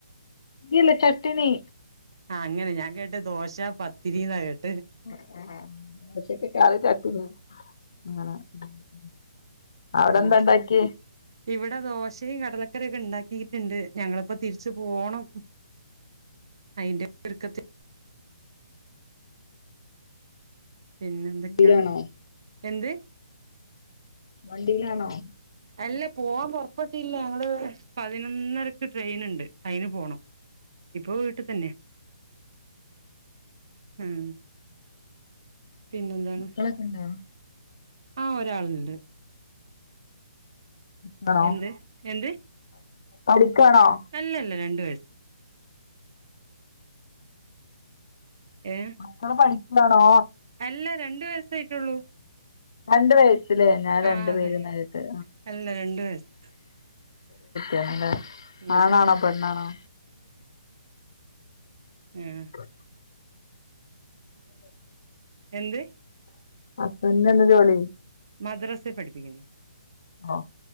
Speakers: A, on the left; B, on the right.
A: ഇല്ല ചട്നി
B: ആഹ അങ്ങനെ ഞാൻ കേട്ട് ദോശ പത്തിരിന്നാ കേട്ടെ
A: <unintelligible> അവിടെ
B: ഉം
A: എന്താ ഉണ്ടാക്കിയേ
B: ഇവിടെ ദോശയും കടലക്കറി ക്കെ ഉണ്ടാക്കിട്ടുണ്ട് ഞങ്ങളിപ്പോ തിരിച്ചു പോണം അതിന്റെ ഒരുക്കത്തി പിന്നെ എന്തൊക്കെയാണ്
A: വണ്ടിയിലാണോ
B: എന്ത്
A: വണ്ടിയിലാണോ
B: അല്ല പോവാൻ പുറപ്പെട്ടില്ല ഞങ്ങള് പതിനൊന്നരക്ക് ട്രെയിൻ ഉണ്ട് അയ്ന് പോണം ഇപ്പൊ വീട്ടിത്തന്നെ ആഹ് പിന്നെന്താണ്
A: മക്കളൊക്കെ ഇണ്ടോ
B: ആ ഒരാളുണ്ട്
A: ക്കണോ
B: എന്ത് എന്ത്
A: പഠിക്കാണോ
B: അല്ലല്ല രണ്ടു വയസ്സ് ഏഹ്
A: മ്മക്കള് പഠിക്കാണോ
B: അല്ല രണ്ട് വയസ്സേയായിട്ടുള്ളൂ
A: രണ്ട് വയസ്സിലേ ഞാൻ
B: ആ
A: രണ്ടു
B: അതെ
A: പേരെന്നാ കേട്ടെ
B: അല്ല രണ്ട് വയസ്സ്
A: ആ
B: ഉം
A: ആണാണോ പെണ്ണാണോ
B: ഉം
A: ആ
B: എന്ത്
A: ഹസ്ബെന്റിനെന്താ ജോലി
B: മദ്രസ്സെൽ പഠിപ്പിക്കുന്നു
A: ഓ